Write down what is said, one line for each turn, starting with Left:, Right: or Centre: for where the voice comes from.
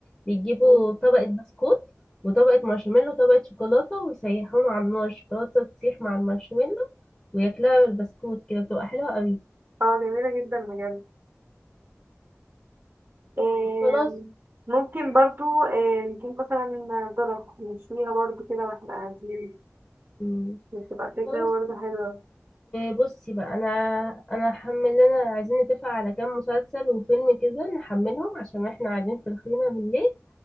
Left: بيجيبوا
Right: مم.
Left: طبقة بسكوت وطبقة مارشميلو وطبقة شوكولاتة ويسيحوهم على النار الشوكولاتة تسيح مع المارشميلو وياكلوها بالبسكوت كده بتبقى حلوة قوي
Right: اه جميلة جدا بجد آم،
Left: خلاص
Right: ممكن برضو آه، نجيب مثلا ذرة نشويها برضو كده واحنا قاعدين
Left: مم.
Right: بتبقى فكرة
Left: خلاص
Right: برضو حلوة
Left: بصي بقى انا انا هحمل لنا عايزين نتفق على كام مسلسل وفيلم كده نحملهم عشان احنا قاعدين في الخيمة بالليل